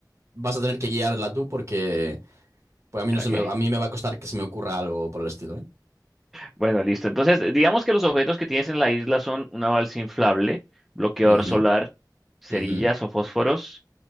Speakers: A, on the right; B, in the centre.
A: vas a tener que guiarla tú porque pues a mí no
B: Ok.
A: se me, a mí me va a costar que se me ocurra algo por el estilo, ¿eh?
B: Bueno, listo. Entonces, digamos que los objetos que tienes en la isla son una balsa inflable, bloqueador
A: Ujú,
B: solar, cerillas
A: ujú,
B: o fósforos,